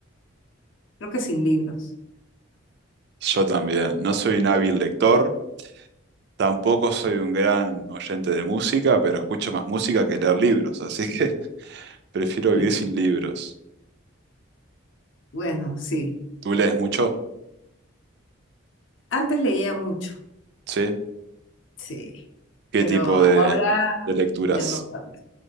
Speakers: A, on the left; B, on the right.
A: Creo que sin libros.
B: Yo también, no soy un hábil lector, Tampoco soy un gran oyente de música, pero escucho más música que leer libros, así que <laughs> prefiero vivir
A: Sí.
B: sin libros.
A: Bueno, sí.
B: ¿Tú lees mucho?
A: Antes leía mucho,
B: ¿Sí?
A: sí,
B: ¿Qué
A: pero
B: tipo
A: ahora
B: de, de lecturas?
A: ya no tanto.